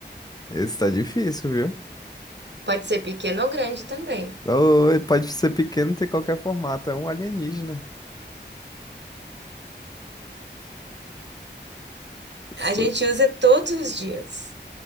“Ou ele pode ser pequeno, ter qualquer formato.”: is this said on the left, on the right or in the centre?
Left